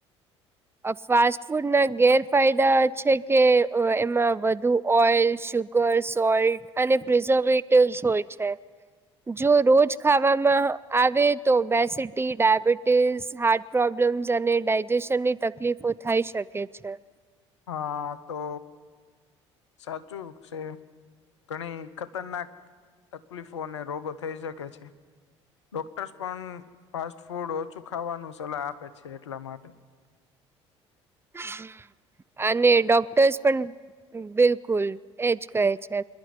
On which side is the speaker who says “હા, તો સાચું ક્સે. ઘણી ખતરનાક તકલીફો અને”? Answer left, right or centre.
Left